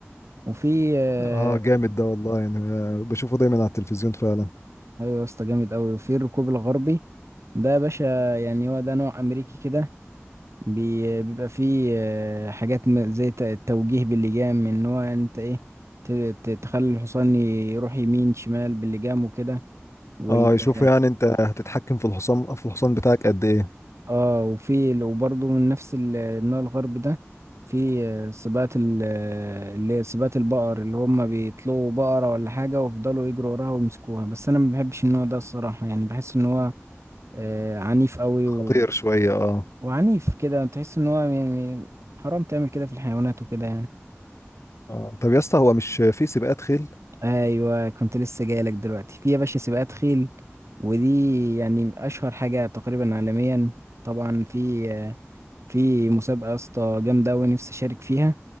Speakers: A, on the right (about 70°); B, on the left (about 70°).
A: وفي آه،
B: اه جامد ده والله يعني آه، بشوفه دايما على التلفزيون فعلا
A: ايوه يا اسطى جامد قوي وفي الركوب الغربي ده يا باشا يعني هو ده نوع امريكي كده بي- بيبقى فيه آه، حاجات م- زي ت- التوجيه باللجام ان هو انت ايه ت- ت- تخلي الحصان يروح يمين شمال باللجام وكده وال
B: اه يشوفوا يعني انت هتتحكم في الحصان في الحصان بتاعك قد ايه
A: اه وفي وبرضه من نفس ال- النوع الغربي ده في آه، سباقات ال- آه، اللي هي سباقات البقر اللي هم بيطلقوا بقرة ولا حاجة ويفضلوا يجروا وراها ويمسكوها بس أنا ما بحبش النوع ده الصراحة يعني بحس إن هو آه، عنيف قوي
B: خطير
A: و...
B: شوية اه
A: وعنيف كده تحس ان هو يعني حرام تعمل كده في الحيوانات وكده يعني
B: اه طب يا اسطى هو مش في سباقات خيل
A: ايوه كنت لسه جاي لك دلوقتي في يا باشا سباقات خيل ودي يعني اشهر حاجه تقريبا عالميا طبعا في آه، في مسابقه يا اسطى جامده قوي نفسي اشارك فيها